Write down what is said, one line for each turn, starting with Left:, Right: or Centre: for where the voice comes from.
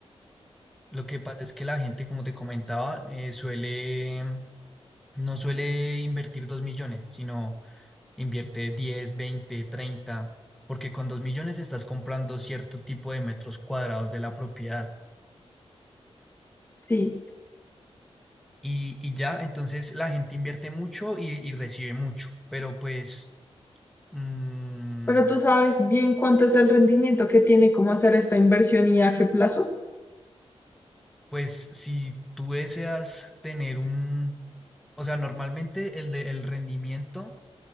Centre: Lo que pasa es que la gente, como te comentaba, eh, suele, em, no suele invertir dos millones, sino invierte diez veinte treinta porque con dos millones estás comprando cierto tipo de metros cuadrados de la propiedad.
Left: Sí.
Centre: y, y ya, entonces la gente invierte mucho y, y recibe mucho, pero pues, mm,
Left: Pero tú sabes bien cuánto es el rendimiento que tiene como hacer esta inversión y a qué plazo.
Centre: pues si tú deseas tener un, o sea, normalmente el, de- el rendimiento